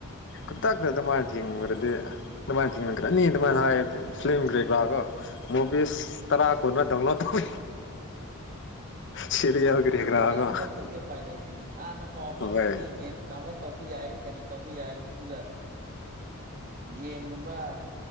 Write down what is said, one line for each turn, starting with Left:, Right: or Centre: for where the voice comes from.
Right: ꯎꯝ
Left: ꯈꯨꯗꯛꯇ ꯑꯗꯨꯃꯥꯏꯅ ꯊꯤꯡꯕꯗꯗꯤ ꯑꯗꯨꯃꯥꯏꯅ ꯊꯤꯡꯈ꯭ꯔꯅꯤ ꯑꯗꯨꯃꯥꯏꯅ ꯍꯥꯏꯔꯗꯤ ꯐ꯭ꯂꯤꯝ ꯀꯔꯤ ꯀꯔꯥꯗꯣ ꯃꯨꯕꯤꯁ ꯇꯔꯥ ꯀꯨꯟ ꯗꯗꯥꯎꯟꯂꯣꯗ ꯇꯧ ꯁꯤꯔꯤꯌꯦꯜ ꯀꯔꯤ
Right: ꯑꯗꯨ
Left: ꯀꯔꯥꯀꯣ
Right: ꯑꯗꯨ ꯅꯠꯇꯔꯗꯤ ꯎꯄꯥꯏ ꯂꯩꯗꯦꯅꯦ ꯍꯥꯟꯅ ꯄꯥꯎ ꯐꯪꯉꯒꯗꯤ
Left: ꯍꯣꯏ
Right: ꯒꯦꯝ ꯗꯥꯎꯟꯂꯣꯗ ꯇꯧ ꯌꯥꯏ ꯀꯔꯤ ꯇꯧꯕ ꯌꯥꯏ ꯑꯗꯨꯒ ꯒꯦꯝꯒꯨꯝꯕ